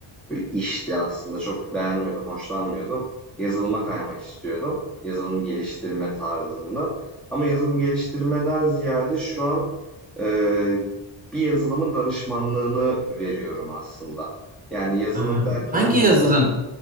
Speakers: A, in the centre; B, on the right.
A: işti aslında. Çok beğenmiyordum, hoşlanmıyordum. Yazılıma kaymak istiyordum. Yazılım geliştirme tarzında. Ama yazılım geliştirmeden ziyade şu an e, bir yazılımın danışmanlığını veriyorum aslında. Yani yazılım
B: Aa,
A: derken
B: hangi
A: mesela
B: yazılım